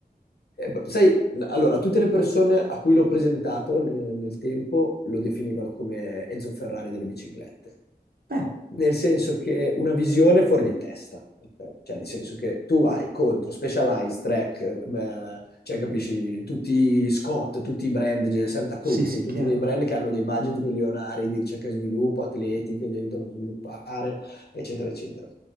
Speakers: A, on the left; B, on the right.
A: Eh, sai, l- allora, tutte le persone a cui l'ho presentato ne- nel, tempo lo definivano come Enzo Ferrari delle biciclette,
B: eh,
A: nel senso che una visione fuori di testa, ok? Cioè nel senso che tu hai contro Specialized, Trek, eh, cioè capisci, tutti i Scott, tutti i brand, cioè, Santa
B: sì,
A: Cruz,
B: sì,
A: tutti
B: chiaro.
A: dei brand che hanno dei budget milionari di ricerca e sviluppo, atleti che li aiutano a sviluppare, eccetera, eccetera.